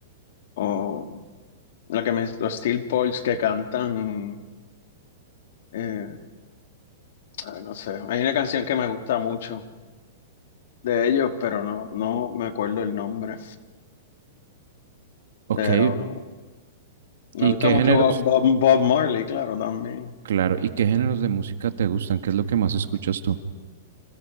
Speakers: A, on the left; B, on the right.
A: o la que me, los Steel Pulse que cantan. eh, ay, no sé. Hay una canción que me gusta mucho de ellos, pero no, no me acuerdo el nombre.
B: Ok,
A: Pero me
B: ¿y
A: gusta
B: qué
A: mucho
B: géneros?
A: Bob, Bob- Bob Marley, claro, también.
B: Claro, ¿y qué géneros de música te gustan? ¿Qué es lo que más escuchas tú?